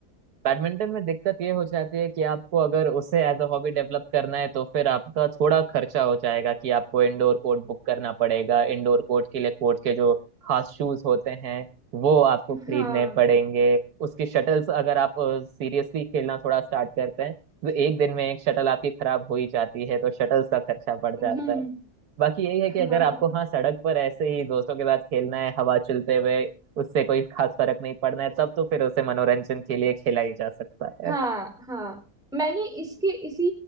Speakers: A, on the right; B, in the centre.
A: बैडमिंटन में दिक्कत ये हो जाती है कि आपको अगर उसे एज अ हॉबी डेवलप करना है तो फिर आपका थोड़ा खर्चा हो जाएगा कि आपको इंडोर कोर्ट बुक करना पड़ेगा इंडोर कोर्ट के लिए कोर्ट के जो खास शूज होते हैं वो आपको खरीदने
B: हाँ
A: पड़ेंगे उसकी शटल्स अगर आप सीरियसली खेलना थोड़ा स्टार्ट करते हैं तो एक दिन में एक शटल आपकी खराब हो ही जाती है तो शटल्स का खर्चा बढ़ जाता
B: हम्म
A: है बाकी यही है
B: <laughs>
A: कि अगर आपको हाँ सड़क पर ऐसे ही दोस्तों के साथ खेलना है हवा चलते हुए उससे कोई खास फर्क नहीं पड़ना है तब तो फिर उसे मनोरंजन के लिए खेला ही जा सकता है
B: हाँ हाँ मैंने इसके इसी